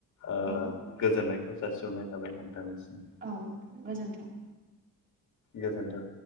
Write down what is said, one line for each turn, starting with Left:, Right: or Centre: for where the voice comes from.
Left: ओ
Right: औ
Left: गोजोननायखौ जासिहनाय थाबाय नोंथांनिसिम।
Right: औ नोंथां गोजोन्थों।
Left: गोजोन्थों।